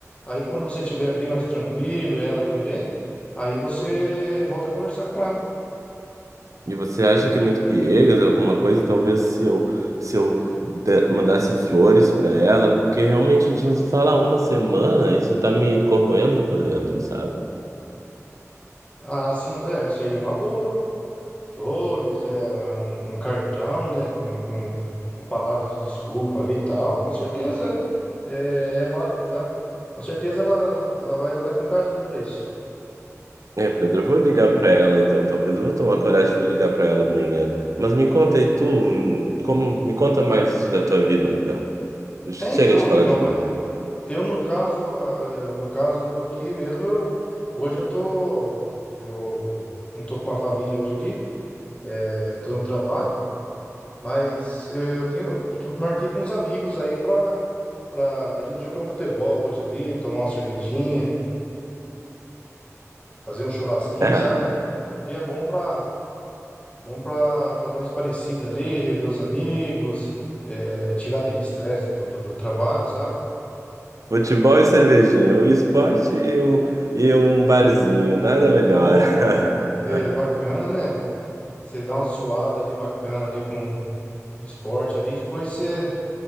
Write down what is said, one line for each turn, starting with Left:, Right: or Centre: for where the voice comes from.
Left: Aí quando você estiver bem mais tranquilo e ela também, aí você volta a conversar com ela.
Right: E você acha que é muito piegas, alguma coisa? Talvez se eu, se eu de- mandasse flores pra ela, porque realmente a gente não se fala há uma semana, isso tá me corroendo por dentro, sabe?
Left: Ah, Assim, é, seria uma boa, viu? flores, é é um, um cartão, né, com, com, com palavras de desculpa ali e tal, com certeza é, é é válido, tá? Com certeza ela, ela vai olhar com carinho pra isso.
Right: É, Pedro, eu vou ligar pra ela então, talvez eu vou tomar coragem e vou ligar pra ela amanhã. Mas me conta aí tu, hum, como, me conta mais da tua vida então. Chega
Left: É, então,
Right: de
Left: amigão,
Right: falar de mim.
Left: é, eu no caso, ah, eu- no caso eu aqui mesmo, eu, hoje eu tô, eu não tô com a família hoje aqui, é, tô no trabalho, mas eh, eu tenho, eu marquei com uns amigos aí pra, pra, pra gente jogar um futebol hoje ali, tomar uma cervejinha, fazer um churrasquinho,
Right: <laughs>
Left: sabe? Que é bom pra, bom pra, pra dar uma esparecida ali, rever os amigos, é, tirar aquele estresse do, do, do trabalho, sabe?
Right: Futebol e cervejinha, o esporte e, o, e um barzinho, nada melhor.
Left: Ô, cara,
Right: <laughs>
Left: é bacana, né? Você dá uma suada ali bacana ali com um esporte ali, depois você,